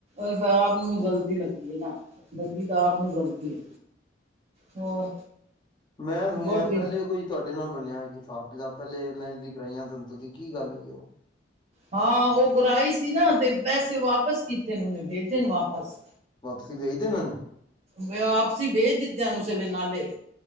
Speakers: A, on the right; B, on the left.
A: ਇਹ ਤਾਂ ਆਪ ਨੂੰ ਗ਼ਲਤੀ ਲੱਗੀ ਐ ਨਾ ਲੱਗੀ ਤਾਂ ਆਪ ਨੂੰ ਗ਼ਲਤੀ ਐ। ਹੋਰ,
B: ਮੈਂ ਸੁਣਿਆ
A: ਬਹੁਤੀ
B: ਪਹਿਲੇ ਕੋਈ। ਤੁਹਾਡੇ ਨਾਲ ਬਣਿਆ ਕਿ ਹਿਸਾਬ ਕਿਤਾਬ ਪਹਿਲੇ ਏਅਰਲਾਈਨ ਦੀ ਕਰਾਈਆਂ ਹੁਣ ਤੁਸੀ ਕੀ ਗੱਲ ਹੋਈ? ਓ
A: ਹਾਂ ਓ ਕਰਾਈ ਸੀ ਨਾ ਤੇ ਪੈਸੇ ਵਾਪਿਸ ਕੀਤੇ ਨੇ ਉਹਨੇ ਭੇਜੇ ਨੇ ਵਾਪਸ।
B: ਵਾਪਸੀ, ਭੇਜ ਦੇ ਉਹਨੇ,
A: ਮੈਂ ਵਾਪਸੀ ਭੇਜ ਦਿੱਤੇ ਉਸ ਵੇਲੇ ਨਾਲੇ